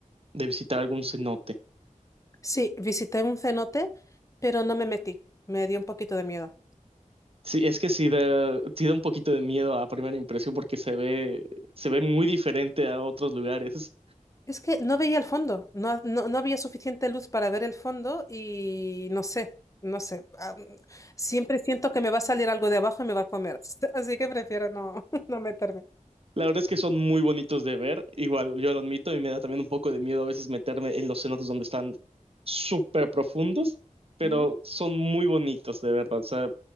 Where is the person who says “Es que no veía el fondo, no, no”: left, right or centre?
Left